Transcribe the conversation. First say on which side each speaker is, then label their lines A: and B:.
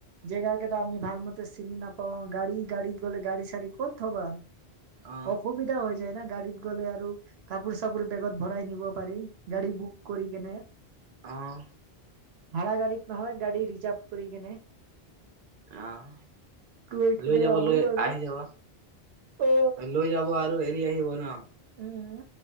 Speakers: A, on the right (about 80°); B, on the right (about 50°).
A: জেগা কেইটা আমি ভাল মতে চিনি নাপাওঁ গাড়ী গাড়ী গ'লে গাড়ী চাৰি ক'ত থবা,
B: অ
A: অসুবিধা হৈ যায় ন! গাড়ি গ'লে আৰু কাপোৰ-চাপোৰ বেগত ভৰাই নিব পাৰি, গাড়ী বুক কৰি কেনে।
B: আহ।
A: ভাড়া গাড়ীত নহয়, গাড়ী ৰিজাৰ্ভ কৰি কেনে।
B: আহ,
A: গৈ কেনে
B: লৈ যাব,
A: আহো
B: লৈ
A: আৰু
B: আহি যাব।
A: অ
B: লৈ যাব আৰু এৰি আহিব ন'।
A: উম